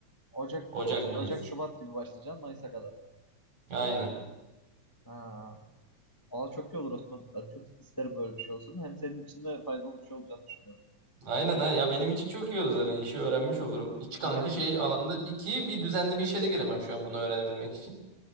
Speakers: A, on the left; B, on the right.
A: Ocak,
B: Ocak, Mayıs.
A: Ocak, Şubat gibi başlayacaksın Mayıs'a kadar.
B: Aynen.
A: Ha. Valla çok iyi olur Osman. Ben çok isterim böyle bir şey olsun. Hem senin için de faydalı bir şey olacağını düşünüyorum.
B: Aynen ha. Ya benim için çok iyi olur zaten. işi öğrenmiş olurum. Hiç kanka
A: Ben-
B: şey alanda bir ki bir düzenli bir işe de giremem şu an bunu öğrenebilmek için.